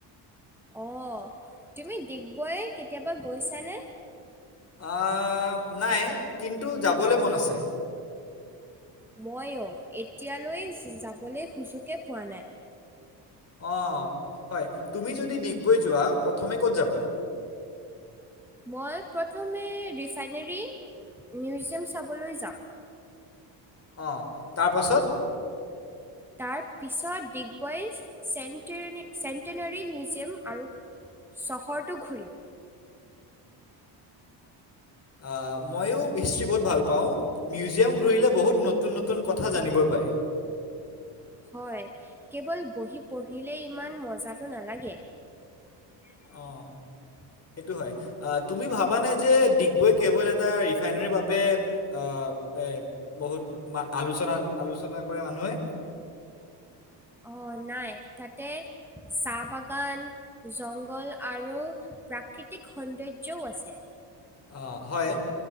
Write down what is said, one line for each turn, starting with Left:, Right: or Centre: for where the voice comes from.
Centre: অ', তুমি ডিগবৈ কেতিয়াবা গৈছানে?
Left: আহ নাই, কিন্তু যাবলৈ মন আছে।
Centre: মইও, এতিয়ালৈ যাবলেই সুজোগ এ পোৱা নাই।
Left: অ', হয়, তুমি যদি ডিগবৈ যোৱা প্ৰথমে ক'ত যাবা?
Centre: মই প্ৰথমে, ৰিফাইনেৰী মিউজিয়াম চাবলে যাম।
Left: অ', তাৰ পাছত?
Centre: তাৰ পিছত, ডিগবৈৰ চেন্ট-চেণ্টেনাৰী মিউজিয়াম আৰু চহৰটো ঘূৰিম। <inaudible>
Left: আহ, মইও হিষ্ট্ৰী বহুত ভাল পাওঁ। মিউজিয়াম ঘূৰিলে বহুত নতুন নতুন কথা জানিব পাৰে।
Centre: হয়, কেৱল বহি পঢ়িলেই ইমান মজাটো নালাগে। <inaudible>
Left: অ', সেইটো হয়, তুমি ভাবা নাই যে ডিগবৈ কেৱল এটা ৰিফাইনেৰীৰ বাবে অ, এ, বহুত আলোচনা-আলোচনা কৰে মানুহে।
Centre: অ, নাই তাতে চাহ বাগান, জংঘল আৰু প্ৰাকৃতিক সৌন্দৰ্যও আছে।
Left: অ, হয়